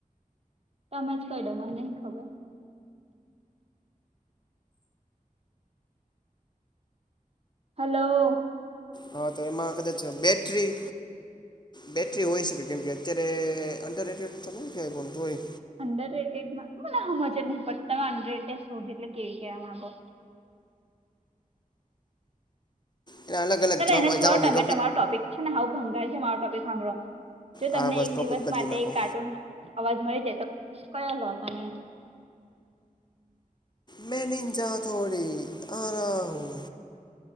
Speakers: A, on the right; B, on the left.
A: તમે જ કહી ડ મને નહી ખબર. હલો.
B: હા તો એમાં કદાચ બેટરી. બેૅટરી હોય શકે કેમ કે અત્યારે અંડર રેટેડ થતાય કેય ફોન થોય.
A: અંડર રટેડમાં મને હજ જ નહી પડતી તમે અંડર રટેડ શોધી એટલે કેવી કેવા માંગો.
B: એના અલગ અલગ
A: ચાલ
B: જવાબ
A: એને છોડો
B: જવા જોઈએ
A: તમે તમારો ટોપિક છે ને હું ભંગાર છે મારો ટોપિક સાંભળો. જો તમને
B: હા બસ
A: એક
B: ટોપિક
A: દિવસ
B: બદલી
A: માટે
B: નાખો
A: કાર્ટૂન અવાજ મળી જાય તો કયો લો તમે.
B: મેં નિજા થોડી આરા હું.